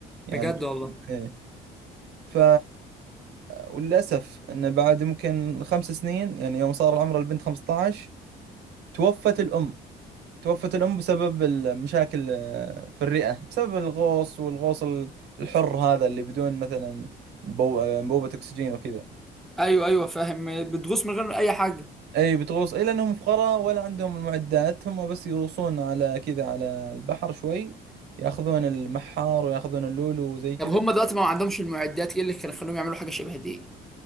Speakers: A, on the right; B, in the centre.
A: يعني
B: بجد والله
A: ايه ف وللأسف انه بعد ممكن خمس سنين يعني يوم صار عمر البنت 15 توفت الأم توفت الأم بسبب المشاكل آه، في الرئة بسبب الغوص والغوص ال- الحر هذا اللي بدون مثلا بو- آه، انبوبة أكسجين وكذا
B: أيوه أيوه فاهم بتغوص من غير أي حاجة
A: أي بتغوص إيه لأنهم فقراء ولا عندهم المعدات هم بس يغوصون على كذا على البحر شوي ياخذون المحار وياخذون اللولو وزي كذا
B: طب هم دلوقتي ما عندهمش المعدات إيه اللي كان خلوهم يعملوا حاجة شبه دي؟